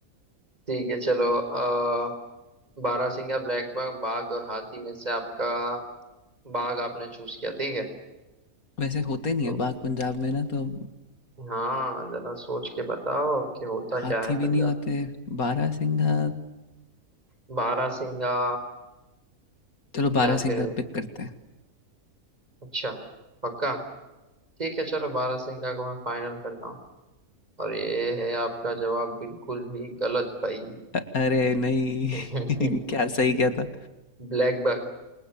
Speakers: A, on the right; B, on the left.
A: ठीक है चलो अ, बारहसिंगा ब्लैक बाघ बाघ और हाथी में से आपका बाघ आपने चूज किया ठीक है
B: <laughs> वैसे होते नहीं
A: तो
B: है बाघ पंजाब में ना तो
A: हाँ जरा सोच के बताओ कि होता क्या
B: हाथी
A: है पंजाब
B: भी नहीं होते बारहसिंघा
A: में बारहसिंगा
B: चलो
A: या
B: बारहसिंघा
A: फिर
B: पिक करते हैं
A: अच्छा पक्का ठीक है चलो बारहसिंगा को मैं फाइनल करता हूँ और ये है आपका जवाब बिल्कुल ही गलत भाई
B: अ- अरे नहीं
A: <laughs>
B: <laughs> क्या सही क्या था
A: Black buck